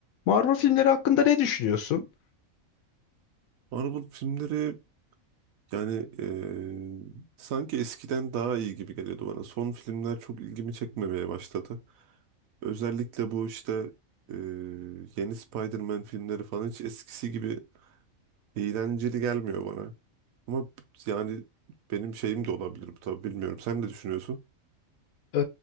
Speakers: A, on the left; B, on the right.
A: Marvel filmleri hakkında ne düşünüyorsun?
B: Marvel filmleri yani eee, sanki eskiden daha iyi gibi geliyordu bana. Son filmler çok ilgimi çekmemeye başladı. Özellikle bu işte eee, yeni Spider-Man filmleri falan hiç eskisi gibi eğlenceli gelmiyor bana. Ama yani benim şeyim de olabilir bu tabii bilmiyorum. Sen ne düşünüyorsun?
A: Ee,